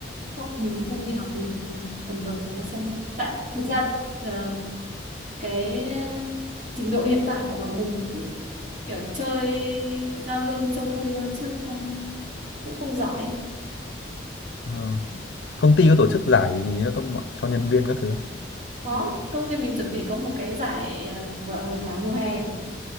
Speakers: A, on the right; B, on the left.
A: không, mình không đi học mình chỉ cầm vợt vào ra sân tại thực ra ờ, cái trình độ hiện tại của bọn mình cũng kiểu chơi giao lưu cho vui thôi chứ không cũng không giỏi ấy.
B: Ờ. công ty có tổ chức giải gì cho các mọi- cho nhân viên các thứ không
A: có công ty mình chuẩn bị có một cái giải à, gọi là giải mùa hè